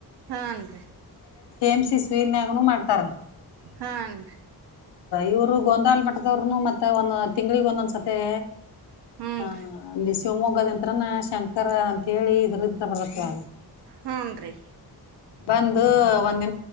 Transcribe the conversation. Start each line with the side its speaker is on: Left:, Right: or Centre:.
Right: ಹಾನ್ರಿ
Left: ಎಮ್ ಸಿ ಸ್ವಿನ್ಯಾಗುನು ಮಾಡ್ತಾರ.
Right: ಹನ್
Left: ಇವರು ಗೊಂದಾಲ್ ಮಟ್ಟದವರುನು ಮತ್ತೆ ಒಂದು ತಿಂಗ್ಳಿಗ್ ಒಂದೊಂದ್ಸತಿ
Right: ಹೂನ್ರಿ
Left: ಹಾ <unintelligible> ಶಿವಮೊಗ್ಗದಂತ್ರಮ್ಮ ಶಂಕರ ಅಂತ ಹೇಳಿ ಇದ್ರತ್ರ ಬರಕೇ
Right: ಹೂನ್ರಿ
Left: ಬಂದ್ ಒಂದು